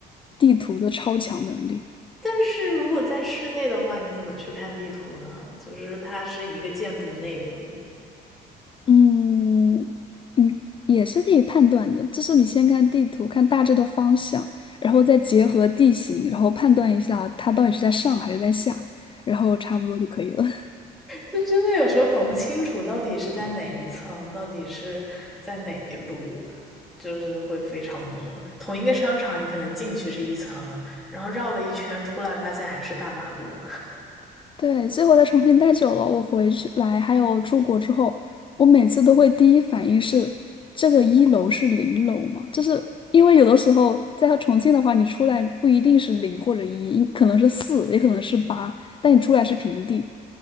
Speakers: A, on the left; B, in the centre.
A: 地图的超强能力。
B: 但是如果在室内的话，你怎么去看地图呢？就是它是一个建筑内部，
A: 嗯嗯，也是可以判断的，就是你先看地图，看大致的方向，然后再结合地形，然后判断一下它到底是在上还是在下，然后差不多就可以了。
B: 就真的有时候搞不清楚到底是在哪一层，到底是在哪一路，就是会非常懵。同一个商场，你可能进去是一层，然后绕了一圈出来，发现还是大马路。
A: 对，最后在重庆待久了，我回去来还有出国之后，我每次都会第一反应是这个一楼是零楼嘛？就是因为有的时候在重庆的话，你出来不一定是零或者一，可能是四，也可能是八，但你出来是平地